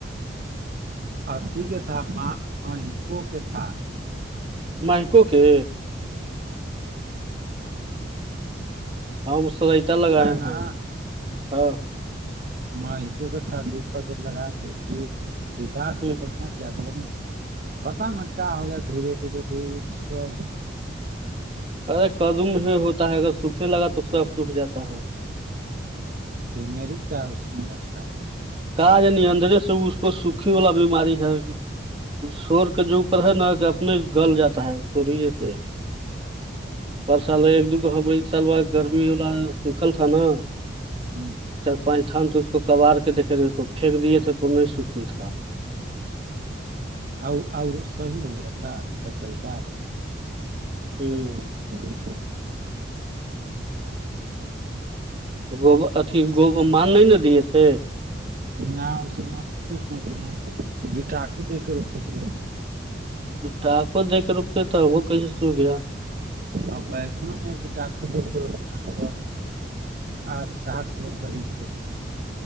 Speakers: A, on the right; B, on the right.
A: اتھی کے تھا ماں مہکوں کے تھا
B: مائکو کے ہاں مج سے رائتا لگائے
A: ہے نا
B: ہیں ہاں
A: مکوں کاھا د پکٹ لگائے تھے وکاس
B: ہوں،
A: تو بدیا گ تھا لیکن پتا ن کیا ہو گیا دھیرے دھیرے دھیرے دھیرے سب گیا
B: ارے کدم ہوتا ہے اگر سوکھنے لگا تو سب سوکھ جاتا ہے
A: ڈیمیرٹ کا اس میں رہتا ہے
B: کہاں یعنی اندرے سے اس کو سوکھی والا بیماری ہے شور کے جو اوپر ہے نا کہ اپنے گل جاتا ہے تھوڑی سے ب سال ایک دو کا ہم ان سال با گرمی ہونا سکھل تھا نا
A: ہے
B: چار پانچ تھ تو اس کو کباار دیکے تھے تو پھینک دیے تھے تو نہیں سکھل تھا
A: اور اور صحی ہو گیا تھا بچل کا
B: ہوں
A: اچھا
B: گب اھی گب مان نہیں ن دیے تھے
A: نہ اس میں آپ کو کچھ نہیں تھا بیٹاقو دے کے ر تھے
B: ڈااکو دے کے رکتے تھا وہ کہے سو گیا
A: ا نا میںب ڈاکو دیکھ کر سو آ دا کلو خریدتے تھے